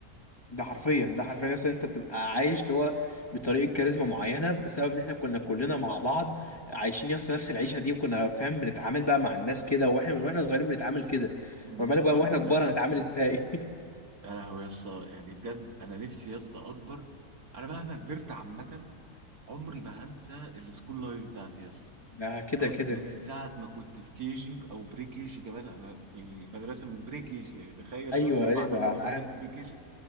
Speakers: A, on the left; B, on the right.
A: ده حرفيا ده حرفيا مثلا انت بتبقى عايش اللي هو بطريقه كاريزما معينه بسبب ان احنا كنا كلنا مع بعض عايشين يس نفس العيشه دي وكنا فاهم بنتعامل بقى مع الناس كده واحنا من واحنا صغيرين بنتعامل كده
B: مم،
A: فما بالك
B: بالظبط
A: بقى واحنا كبار
B: يا اسطى
A: هنتعامل ازاي <laughs>
B: يا لهوي يا اسطى يعني بجد انا نفسي يا اسطى اكبر انا مهما كبرت عامه عمري ما هنسى السكول لايف بتاعتي يا اسطى
A: ده كده
B: فاهم
A: كده
B: من ساعة ما كنت في كي جي أو بري كي جي كمان أنا في مدرسة من بري كي جي يعني تخيل
A: ايوه
B: فاهم اللي هو
A: ايوه
B: بعد الحضانة
A: انا عارف
B: دخلت بري كي جي